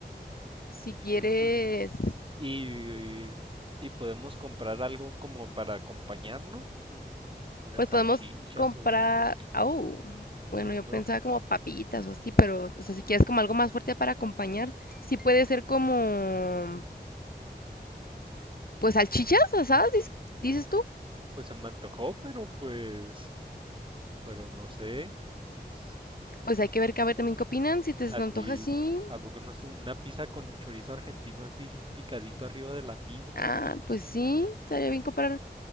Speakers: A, on the left; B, on the right.
A: si quieres,
B: Sí, pues. Y, y podemos comprar algo como para acompañar, ¿no? Un- unas
A: Pues
B: salchichas
A: podemos comprar,
B: o no sé.
A: au, bueno,
B: No,
A: yo pensaba como papitas o así, pero, o sea, si quieres como algo más fuerte para acompañar, sí puede ser como, pues salchichas asadas, dices, dices tú.
B: pues se me antojó, pero pues, pero no sé. Pues,
A: Pues hay que ver, que a ver también qué opinan, si te
B: Así,
A: se te antoja así.
B: ¿a poco no es una pizza con chorizo argentino así picadito arriba de la pizza?
A: Ah, pues sí, estaría bien comprar.